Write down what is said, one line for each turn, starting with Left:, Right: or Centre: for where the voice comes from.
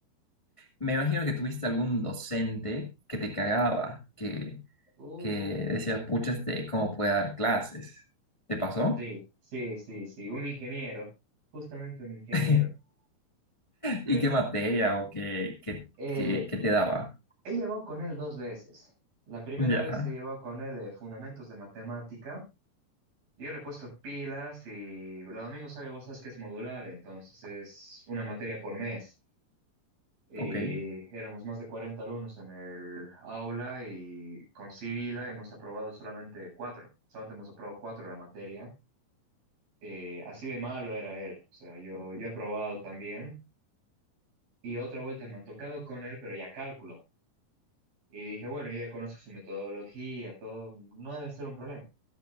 Left: me imagino que tuviste algún docente que te cagaba, que,
Right: Uh,
Left: que decía, pucha, este, ¿cómo puede dar clases? ¿Te pasó?
Right: sí, sí, sí, sí. Un ingeniero. Justamente un ingeniero.
Left: <laughs>
Right: Lue-
Left: ¿Y qué materia o qué, qué,
Right: eh,
Left: qué, qué te daba?
Right: he llevado con él dos veces. La primera
Left: Ya,
Right: vez he llevado con él eh, fundamentos de matemática. Yo le he puesto pilas y los domingos sabe vos sabes que es modular, entonces es una materia por mes. Y
Left: ok.
Right: éramos más de 40 alumnos en el aula y con Civila hemos aprobado solamente cuatro. Solamente hemos aprobado cuatro la materia. Eh, así de malo era él. O sea, yo, yo he aprobado también. Y otra vuelta me ha tocado con él, pero ya cálculo. Y dije, bueno, yo ya conozco su metodología, todo. No debe ser un problema.